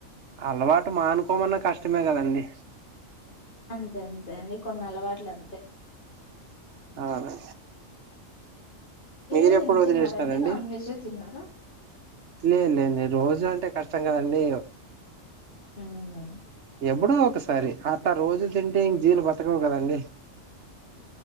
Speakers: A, on the right (about 60°); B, on the left (about 40°).
A: అలవాటు మానుకోమన్న కష్టమే కదండి
B: అంతే అంతే అండి కొన్ని అలవాట్లు అంతే
A: అవును
B: ఈ
A: మీరు
B: రోజు
A: ఎప్పుడు
B: ఏం తిన్నారండి
A: వదిలేసినారండి
B: నాన్ వెజ్ తిన్నారా
A: లేదు లే లే రోజు అంటే కష్టం కదండి
B: హ్మ్.
A: ఎప్పుడు ఒక సరే అట్ట రోజు తింటే ఇం జీవులు బతకవు కదంీ